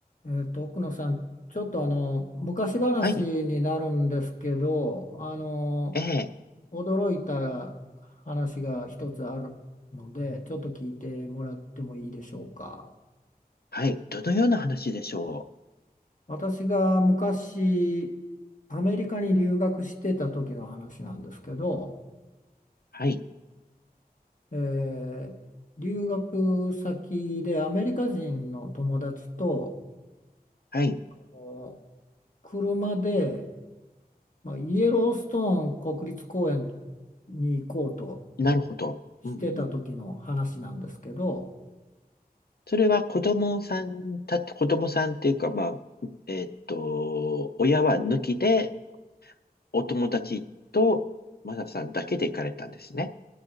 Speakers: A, on the left (about 55°); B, on the left (about 80°).
A: えーと、奥野さん、ちょっとあの昔話になるんですけど、
B: はい。
A: あの
B: ええ。
A: 驚いた話が一つあるので、ちょっと聞いてもらってもいいでしょうか。
B: はい。どのような話でしょう。
A: 私が昔アメリカに留学してた時の話なんですけど、
B: はい。
A: えー留学先でアメリカ人の友達と
B: はい。
A: お車でまあ、イエローストーン国立公園に行こうと
B: なるほど。
A: してた時の話なんですけど、
B: うんうん。それは子供さんた、子供さんっていうか、まあ、えーっと、親は抜きで、お友達と、マナさんだけで行かれたんですね。